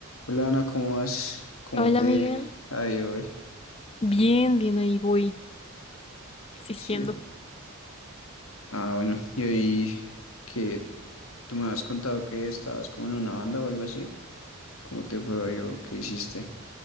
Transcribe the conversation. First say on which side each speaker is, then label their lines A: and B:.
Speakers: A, on the left; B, on the left.
A: Hola Ana, ¿cómo vas? ¿Cómo
B: Hola
A: te
B: Miguel.
A: ha ido hoy?
B: Bien, bien, ahí voy, existiendo.
A: Sí. Ah, bueno, y hoy que tú me habías contado que estabas como en una banda o algo así. ¿Cómo te fue hoy o qué hiciste?